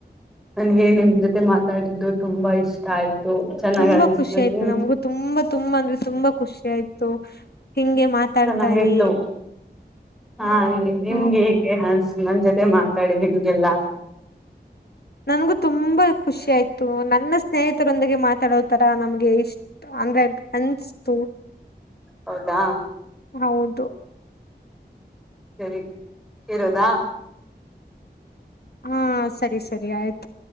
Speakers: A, in the centre; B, on the left (about 65°).
A: ನನ್ಗೆ ನಿಮ್ ಜೊತೆ ಮಾತಾಡಿದ್ದು ತುಂಬಾ ಇಷ್ಟ. ಆಯ್ತು ಚೆನ್ನಾಗ್
B: ತುಂಬಾ
A: ಅನ್ಸ್ತು
B: ಖುಷಿ ಆಯ್ತು
A: ನಿಮ್
B: ನಮಗು ತುಂಬಾ ತುಂಬಾ ಅಂದ್ರೆ ತುಂಬಾ ಖುಷಿ ಆಯ್ತು ಹಿಂಗೆ. ಮಾತಾಡ್ತಾ
A: ಚೆನ್ನಾಗಿತ್ತು
B: ಇರಿ.
A: ಹಾ ನಿಮ್ಗೆ
B: ಹ
A: ಹೇಗೆ ಹನ್ ನನ್ ಜೊತೆ ಮಾತಾಡಿ ನಿಮ್ಗೆಲ್ಲ.
B: ನನ್ಗೂ ತುಂಬಾ ಖುಷಿ ಆಯ್ತು ನನ್ನ ಸ್ನೇಹಿತರೊಂದಿಗೆ ಮಾತಾಡೋ. ತರ ನಮ್ಗೆ ಇಷ್ಟ ಅಂದ್ರೆ ಅನ್ಸತು.
A: ಹೌದಾ.
B: ಹೌದು.
A: ಸರಿ ಇರೋದ.
B: ಹಾ ಸರಿ ಸರಿ ಆಯ್ತು.